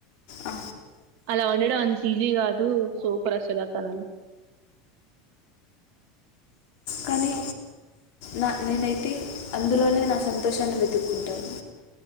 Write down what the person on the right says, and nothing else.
అలా వండడం అంత ఈజీ కాదు సూపర్ అస్సలు అతను
ఉ ఉ